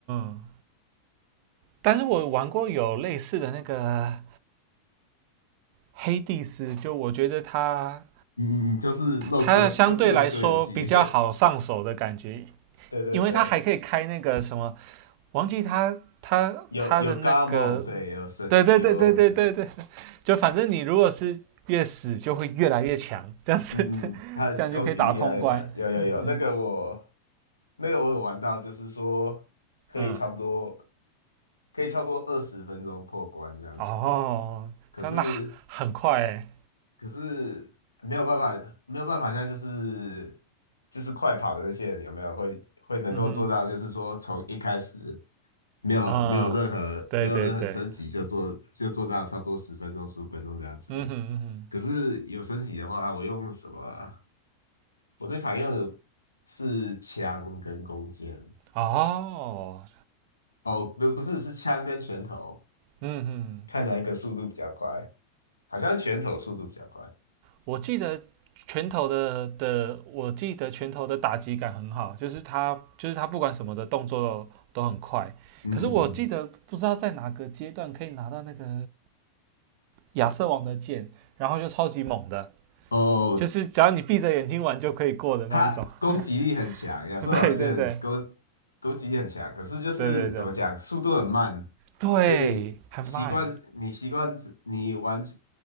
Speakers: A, on the right (about 45°); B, on the left (about 80°).
A: 嗯。但是我玩过有类似的那个黑帝斯，就我觉得它
B: 嗯嗯嗯，就是肉鸽，
A: 它相对来说比较好上手的感觉，
B: 都是肉鸽游戏。<laughs> 对对对，
A: 因为他还可以开那个什么，忘记他他他的那个，
B: 有有 Garmo，对，有是有，
A: 对对对对对对对，就反正你如果是越死就会越来越强，这样子
B: 嗯嗯，
A: <laughs>
B: 它的攻击力越来越强。
A: 这样就可以打通关。
B: 有有有，
A: <laughs>
B: 那个我那个我有玩到，就是说可以差不多
A: 嗯，
B: 可以超过二十分钟破关这样子。
A: 哦，
B: 可是
A: 真的很快哎，
B: 可是没有办法，没有办法，现在就是就是快跑的那些人有没有会会能够做到，
A: 嗯哼，
B: 就是说从一开始没有没有任何没有任何升级就做就做到差不多十分钟十五分钟这样子。
A: 啊、嗯对对对，嗯哼嗯哼，
B: 可是有升级的话，我用什么啊？我最常用的是枪跟弓箭。
A: 哦，
B: 哦，不不是，是枪跟拳头，
A: 嗯哼，
B: 看哪一个速度比较快。好像拳头速度比较快。
A: 我记得拳头的的，我记得拳头的打击感很好，就是他就是他不管什么的动作都很快。
B: 嗯嗯嗯。
A: 可是我记得不知道在哪个阶段可以拿到那个亚瑟王的剑，然后就超级猛的，
B: 哦，
A: 就是只要你闭着眼睛玩就可以过的那一种。
B: 他攻击力很强，
A: <laughs>
B: 亚瑟王就很攻攻击力很强，
A: 对对对
B: 可是就是怎么讲，
A: 对对对
B: 速度很慢，
A: 对，
B: 所以你习惯你习惯你完
A: 很慢。